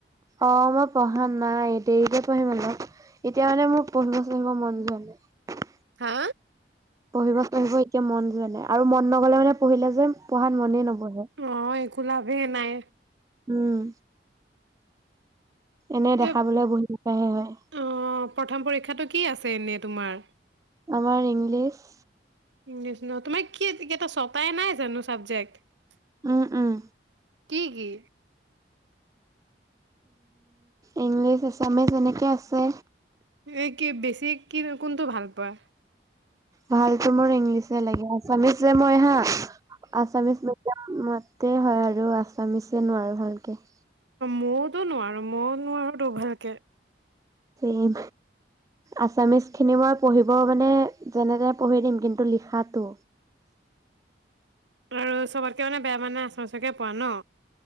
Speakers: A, on the right (about 20°); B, on the right (about 85°).
A: অ মই পঢ়া নাই দেৰিতে পঢ়িম অান এতিয়া মানে মোৰ পঢ়িবচ আহিব মন যোৱা নাই
B: হা
A: পঢ়িব পঢ়িব এতিয়া মন যোৱা নাই আৰু মন নগলে মানে পঢ়িলে যে যে পঢ়াত মনেই নবঢ়ে
B: অ' একো লাভেই নাই
A: উম এনে দেখাবলৈ
B: এ
A: বহুতকাহে হয়
B: অ' প্ৰথম পৰীক্ষাটো কি আছে এনেই তোমাৰ
A: আমাৰ ইংলিছ
B: ইংলিছ ন তোমাৰ কি কটা ছটাই নাই জানো চাবজেক্ট
A: উম উম
B: কি কি
A: ইংলিছ এছামিছ এনেকে আছে
B: এই কি বেছি কি কোনটো ভাল পোৱা
A: ভালতো মোৰ ইংলিছেে লাগে আছামিচ যে মই হাঁ আছামিছ ম মতে হয় আৰু আছামিছে নোৱাৰো ভালকে
B: ময়তো নোৱাৰো ময়ও নোৱাৰো তো ভালকে
A: ম আছামিচ খিনি মই পঢ়িব মানে যেনে তেনে পঢ়ি দিম কিন্তু লিখাতটো
B: আৰু চবতকে মানে বেয়া মানে আছে সচাকে পোৱা ন